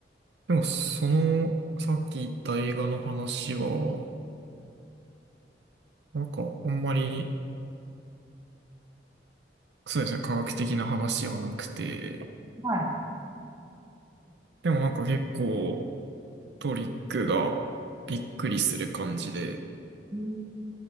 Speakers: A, on the right; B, on the right.
A: でもそのさっき言った映画の話は、なんかあんまりそうですね、科学的な話はなくて、
B: はい。
A: でもなんか結構トリックがびっくりする感じで
B: えー、